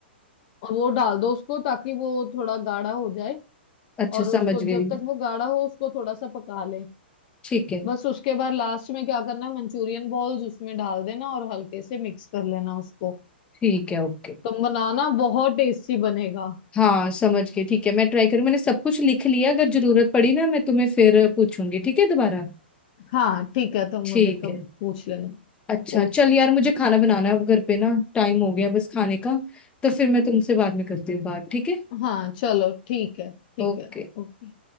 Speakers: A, on the left; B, on the left.
A: और वो डाल दो उसको ताकि वो थोड़ा गाढ़ा हो जाए
B: अच्छा
A: और
B: समझ
A: उसको
B: गई
A: जब तक वो गाढ़ा हो उसको थोड़ा सा पका लें
B: ठीक है
A: बस उसके बाद लास्ट में क्या करना है मंचूरियन बॉल्स उसमें डाल देना और हल्के से मिक्स कर लेना उसको
B: ठीक है ओके
A: तुम बनाना बहुत टेस्टी बनेगा
B: हाँ समझ गई ठीक है मैं ट्राई करूँ मैंने सब कुछ लिख लिया अगर जरूरत पड़ी ना मैं तुम्हें फिर पूछूंगी ठीक है दोबारा
A: हाँ ठीक है तुम
B: ठीक
A: मुझे कब
B: है
A: पूछ लेना
B: अच्छा
A: ओके
B: चल यार मुझे खाना बनाना है अब घर पे ना टाइम हो गया बस खाने का तो फिर मैं तुमसे बाद में करती हूँ बात ठीक है
A: हाँ चलो ठीक है ठीक
B: ओके
A: है ओके